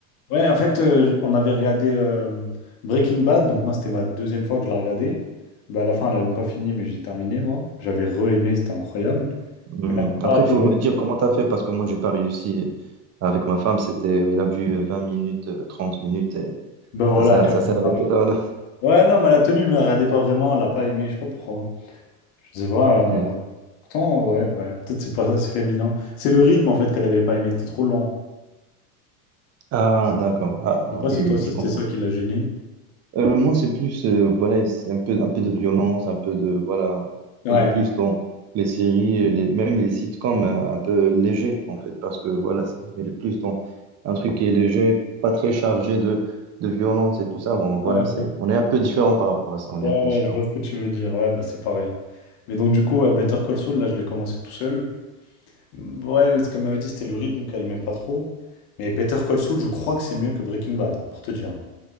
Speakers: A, on the left; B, on the right.
A: Ouais, en fait, euh, on avait regardé euh, Breaking Bad, donc moi, c'était ma deuxième fois que je la regardais. Bah, à la fin, elle n'avait même pas fini, mais j'ai terminé, moi. J'avais re-aimé, c'était incroyable.
B: Hum,
A: Mais elle n'a pas
B: Après,
A: raté.
B: il faut me dire
A: euh,
B: comment tu as fait, parce que moi, j'ai pas réussi euh, avec ma femme. C'était, euh, il a vu euh, 20 minutes, euh, 30 minutes, et
A: Bah voilà,
B: ça, ça,
A: tu
B: ça
A: vois,
B: s'est
A: c'est
B: arrêté
A: pareil.
B: là, voilà.
A: Ouais, non, mais elle a tenu, mais elle regardait pas vraiment, elle n'a pas aimé, je sais pas pourquoi. Je sais pas, euh,
B: Hum.
A: pourtant, ouais, ouais, peut-être c'est pas c'est féminin. C'est le rythme, en fait, qu'elle n'avait pas aimé, c'était trop lent.
B: Ah, d'accord. Ah, ah,
A: Je sais pas
B: oui,
A: si
B: oui,
A: toi aussi,
B: je
A: c'était
B: comprends.
A: ça qui l'a gêné.
B: Euh, moi, c'est plus, euh, voilà, c'est un peu, un peu de violence, un peu de, voilà,
A: Ouais,
B: elle est plus dans les séries, et les, même les sitcoms euh, un peu légers, en fait, parce que, voilà, c'est- elle est plus dans un truc qui est léger, pas très chargé de, de violence et tout ça. Bon, voilà,
A: ouais, je
B: c'est,
A: vois,
B: on est un peu différent par rapport à ça, on
A: ouais,
B: est un peu
A: ouais,
B: différent.
A: je vois ce que tu veux dire, ouais, bah c'est pareil. Mais donc, du coup, ouais, Better Call Saul, là, je l'ai commencé tout seul. Ouais, elle- ce qu'elle m'avait dit, c'était le rythme qu'elle aimait pas trop. Mais Better Call Saul, je crois que c'est mieux que Breaking Bad, hein, pour te dire. hein.